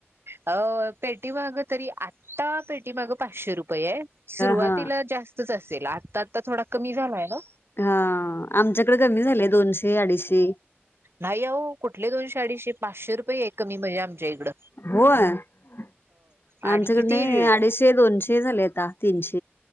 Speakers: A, on the right; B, on the left.
A: अ पेटीमाग तरी आत्ता पेटीमागं पाचशे रु पये सुरुवातीला
B: हा
A: जास्तचं अस. जे लाटतात तर थोडा कमी झालाय ना
B: हा आमच्या कमी झाले दोनशे, अडीशे
A: नाही अहो कुठले दोनशे, अडिशे पाचशे रुपये आहे कमी म्हणजे आमच्या इथ
B: होय आमच्याकड
A: आणि किती
B: नाही अडीचशे दोनशे हे झालंय आता तीनशे